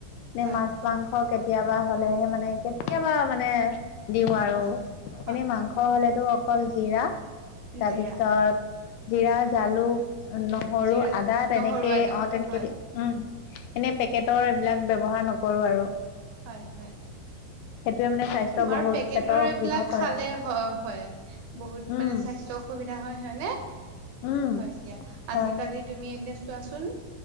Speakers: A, on the left; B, on the right.
A: নে
B: হয়
A: মাছ মাংস কেতিয়াবা হ'লেহে মানে কেতিয়াবা মানে দিও আৰু
B: হয় হয়
A: এনেই মাংস হ'লেতো অকল জিৰা তাৰপিছত
B: জিৰা
A: জিৰা জালুক নহৰু
B: জিৰা
A: আদা তেনেকে
B: নহৰু আদা
A: অ তেনেকে
B: হয়
A: দি উম এনে পেকেটৰ এইবিলাক ব্যৱহাৰ নকৰো আৰু
B: হয় হয়
A: সেইটোৱে মানে স্বাস্থ্য
B: তোমাৰ
A: বহুত
B: পেকেটৰ
A: পেটৰ অসুবিধা
B: এইবিলাক
A: কৰে
B: খালে হয় হয় বহুত
A: উম
B: মানে স্বাস্থ্যৰ অসুবিধা হয় হয় ন
A: উম
B: হয় দিয়া
A: হয়
B: আজিকালি তুমি এতিয়া চোৱাচোন